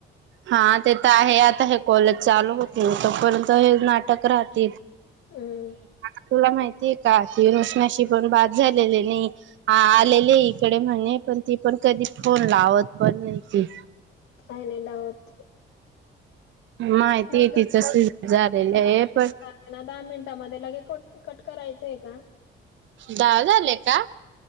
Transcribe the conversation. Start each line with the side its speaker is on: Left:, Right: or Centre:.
Right: हा ते तर आहे आता आता हे कॉलेज चालू होतो तोपर्यंत हे नाटक राहत
Left: हम्म
Right: <unintelligible> तुला माहिती ते का ती <unintelligible> पण बाद झालेली नाही गेली. इकडे नाहीये पण ती पण कधी फोन लावत पण नाही ती
Left: काय नाही होते
Right: माहिती
Left: बघ <unintelligible>
Right: तिचं सिजर झालेलं आहे पण
Left: ना दहा मिनिटामध्ये लगे को कट करायचंय का
Right: दहा झाले का